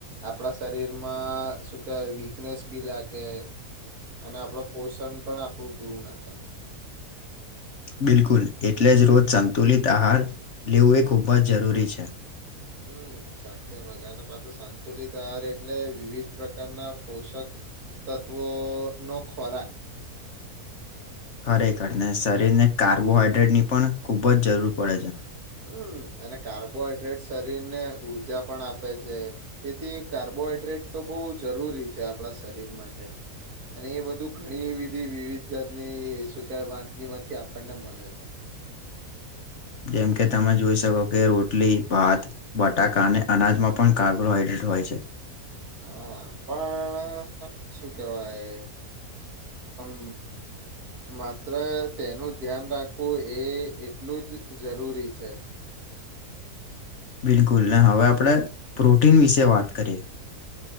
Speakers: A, on the right (about 75°); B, on the left (about 55°).
A: આપણા શરીરમાં શું કેવાય વીકનેસ બી લાગે અને આપડું પોષણ પણ આપણું પૂરું ના થાય
B: બિલકુલ, એટલે જ રોજ સંતુલિત આહાર લેવું એ ખૂબ જ જરૂરી છે.
A: હમ. સાચે મગને પાછ સંતુલિત આાર એટલે વિવિધ પ્રકારના પોષક તત્વો નો ખોરાક
B: ખરેખરને શરીરને કાર્બોહાઈડ્રેટની પણ ખૂબ જ જરૂર પડે છે.
A: હમ અને કાર્બોહાઈડ્રેટ શરીર ને ઉર્જા પણ આપે છે, તેથી કાર્બોહાઈડ્રેટ તો બ બહ જરૂરી છે આપણા શરીર માટે. અને એ બધું ઘણી બધી વિવિધ જાતની શું કવય વાનગીમાંથી આપણને મળે છે.
B: <inaudible> જેમ કે તમે જોઈ શકો કે રોટલી, ભાત, બટાકા અને અનાજમાં પણ કાર્બોહાઈડ્રેટ હોય છે. <inaudible>
A: હા. પણ શું કેવાય હમ માત્ર તેનું ધ્યાન રાખવું એ એટલું જ જરૂરી છે
B: બિલકુલ ને હવે આપણે પ્રોટીન વિશે વાત કરીએ.